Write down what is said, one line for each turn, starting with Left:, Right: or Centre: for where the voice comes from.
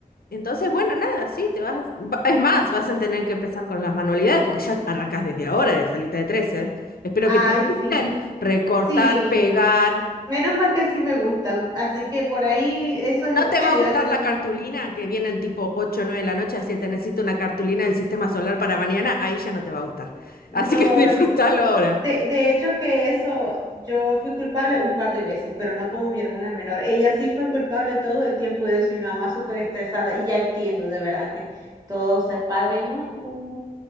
Left: Entonces, bueno, nada, sí, te vas, va- es más, vas a tener que empezar con las manualidades porque ya arrancas desde ahora de salita de trece Espero
Right: ay,
Left: que te gusten
Right: sí.
Left: recortar,
Right: Sí.
Left: pegar,
Right: Menos mal que sí me gusta. Así que por ahí eso es
Left: No
Right: lo
Left: te
Right: que
Left: va a gustar
Right: yo soy más.
Left: la cartulina que vienen tipo ocho o 9 de la noche, decir, te necesito una cartulina del sistema solar para mañana, ahí ya no te va a gustar.
Right: No,
Left: Así que <laughs> disfrútalo ahora.
Right: De, de hecho que eso, yo fui culpable un par de veces, pero no como mi hermana menor. Ella sí fue culpable todo el tiempo de eso, y mi mamá súper estresada y ya entiendo de verdad que todo ser padre no es un,